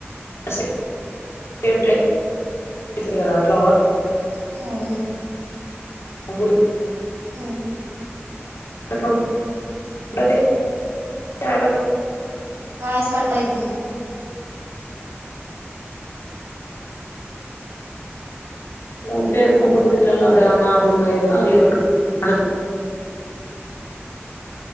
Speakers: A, on the left; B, on the right.
A: సేప్టి ఐతయ్ అయితది కదా అట్లా ఓవర్
B: హా యు
A: గురి
B: హా
A: అట్లుంటదీ <unintelligible>
B: వాయస్ కట్ అయితుందీ
A: ఉంటే ముగురిట్లల్ల ఏమన్నా అదున్న ఇదున్నా అల్లే కట్కున్